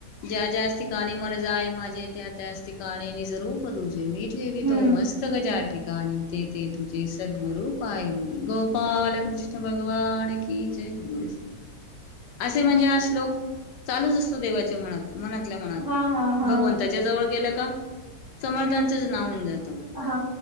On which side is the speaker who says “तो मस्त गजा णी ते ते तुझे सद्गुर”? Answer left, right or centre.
Left